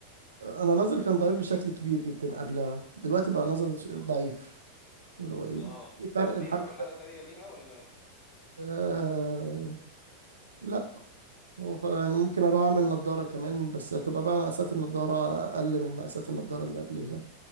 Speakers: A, on the right; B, on the left.
A: انا نظري كان ضعيف بشكل كبير جدا قبلها دلوقتي بقى نظري
B: اه
A: ضعيف اللي هو ايه
B: آه.
A: في فرق
B: في
A: الحمد
B: مرحلة
A: لله
B: تانية ليها ولا
A: آه لا هو خ- يعني ممكن
B: مم.
A: اروح اعمل نضارة كمان بس هتبقى بقى مقاسات النضارة اقل من مقاسات النضارة اللي قبليها